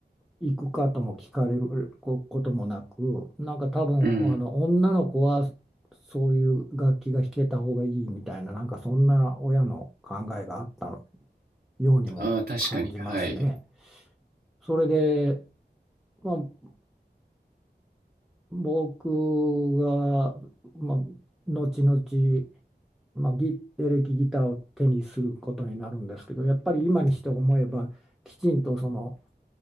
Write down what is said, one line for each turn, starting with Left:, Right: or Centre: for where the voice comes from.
Centre: 行くかとも聞かれるここともなく、なんか多分あの女の子はそういう楽器が弾けた方がいいみたいな、
Right: うん
Centre: なんかそんな親の考えがあったのようにも感じますね。
Right: ああ、確かに。はい。
Centre: それで、まあ、僕が、まあ、後々、まあ、ギエレキギターを手にすることになるんですけど、やっぱり今にして思えばきちんとその